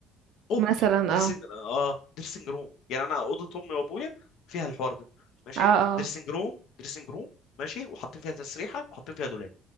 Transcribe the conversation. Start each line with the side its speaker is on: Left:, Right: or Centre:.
Left: اوب
Right: مثلا
Left: دريسنج
Right: اه
Left: اه دريسنج روم يعني انا اوضه امي وابويا فيها الحوار ده ماشي
Right: اه اه
Left: دريسنج روم دريسنج روم ماشي وحاطين فيها تسريحه وحاطين فيها دولاب